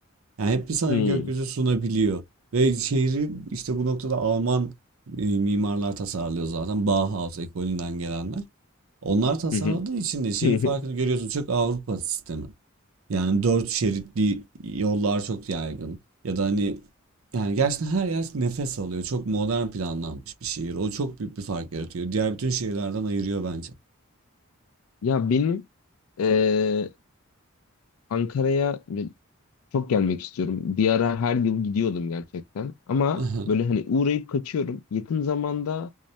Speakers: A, on the right; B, on the left.
A: Yani hep bir sana
B: Hı,
A: gökyüzü sunabiliyor. Ve şehri işte bu noktada Alman e, mimarlar tasarlıyor zaten Bauhaus ekolünden gelenler. Onlar tasarladığı
B: hı hı.
A: için de şeyin
B: hı.
A: farkını
B: <laughs>
A: görüyorsun çok Avrupa sistemi. Yani dört şeritli yollar çok yaygın. Ya da hani yani gerçekten her yer nefes alıyor. Çok modern planlanmış bir şehir. O çok büyük bir fark yaratıyor. Diğer bütün şehirlerden ayırıyor bence.
B: Ya benim e, Ankara'ya Çok gelmek istiyorum. Bir ara her yıl gidiyordum gerçekten. Ama
A: <laughs>
B: böyle hani uğrayıp kaçıyorum. Yakın zamanda